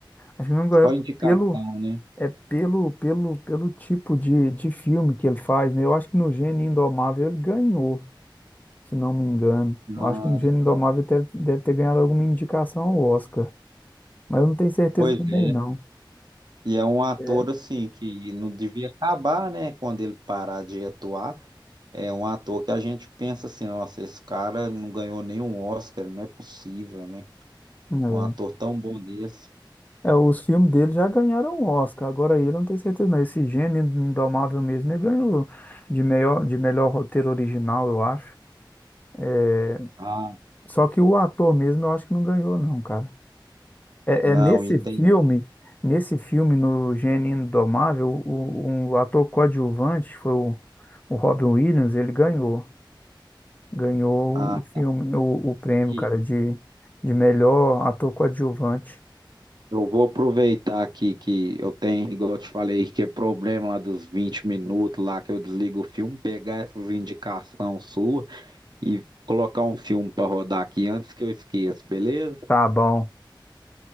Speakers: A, on the left; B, on the right.
A: Acho que não ganhou
B: Só indicação,
A: pelo,
B: né?
A: é pelo, pelo, pelo tipo de, de filme que ele faz, né? Eu acho que no Gênio Indomável ele ganhou. se não me engano. Eu
B: Ah,
A: acho que o Gênio Indomável
B: tá.
A: deve, deve ter ganhado alguma indicação ao Oscar, mas eu não tenho certeza
B: Pois
A: também,
B: é.
A: não.
B: E é um ator
A: É.
B: assim que não devia acabar, né, quando ele parar de atuar. É um ator que a gente pensa assim, nossa, esse cara não ganhou nenhum Oscar, não é possível, né?
A: É,
B: Um ator tão bom desse.
A: É, os filmes dele já ganharam o Oscar, agora ele eu não tenho certeza, não. Esse Gênio Indomável mesmo, ele ganhou de melhor, de melhor roteiro original, eu acho. É,
B: Ah,
A: só que o ator mesmo eu acho que não ganhou, não, cara. É,
B: não,
A: é nesse
B: entendi.
A: filme, nesse filme, no Gênio Indomável, o, o, um ator coadjuvante foi o, o Robin Williams, ele ganhou. Ganhou
B: Ah,
A: o filme, o, o prêmio,
B: aqui.
A: cara, de, de melhor ator coadjuvante.
B: Eu vou aproveitar aqui que eu tenho, igual eu te falei, que é problema lá dos 20 minutos lá que eu desligo o filme, pegar essas indicações suas e colocar um filme para rodar aqui antes que eu esqueça, beleza?
A: Tá bom.